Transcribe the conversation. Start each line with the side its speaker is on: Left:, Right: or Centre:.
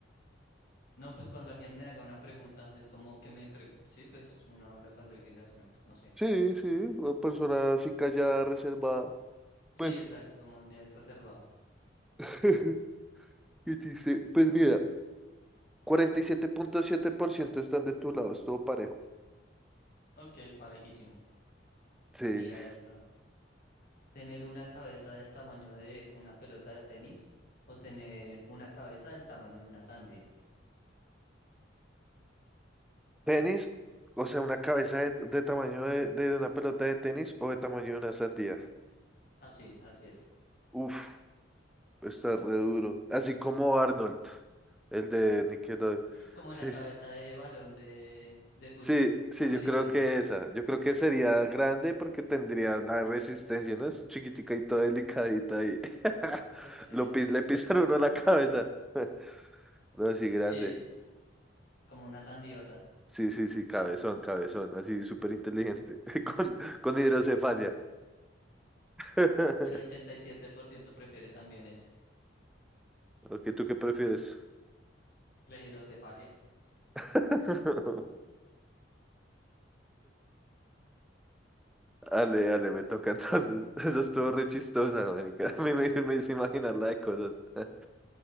Left: no, pues cuando alguien me haga una pregunta, es como que me pregunta. Sí, pues uno habla cuando alguien le hace una. pre- No sé.
Centre: Sí, sí, una persona así callada, reservada. Pues,
Left: Sí, exacto, como bien reservado.
Centre: <laughs> ¿qué dice? Pues mira, cuarenta y siete siete punto siete por ciento están de tu lado, es todo parejo.
Left: Ok, parejísimo.
Centre: Sí.
Left: Mira esta. ¿Tener una cabeza del tamaño de una pelota de tenis o tener una cabeza del tamaño de una sandía?
Centre: Tenis, o sea, una cabeza de, de tamaño de, de una pelota de tenis o de tamaño de una sandía.
Left: Ah, sí, así es.
Centre: Uf, está re duro. Así como Arnold, el de Nickelodeon.
Left: Como
Centre: Sí.
Left: la cabeza de balón de, de fútbol
Centre: Sí, sí,
Left: americano.
Centre: yo creo que esa. Yo creo que sería grande porque tendría la resistencia, ¿no? Es chiquitica y toda delicadita y <laughs>
Left: Ok.
Centre: lo pi- le pisan uno la cabeza. <laughs> No, sí, grande.
Left: Sí, como una sandiota.
Centre: Sí, sí, sí, cabezón, cabezón, así súper inteligente, <laughs> con, con hidrocefalia. <laughs>
Left: El 87% prefiere también eso.
Centre: Ok, ¿tú qué prefieres?
Left: La hidrocefalia.
Centre: <laughs> Ale, dale, me toca entonces. <laughs> Eso estuvo re chistosa, marica. <laughs> A mí me, me hizo imaginar la de cosas. <laughs>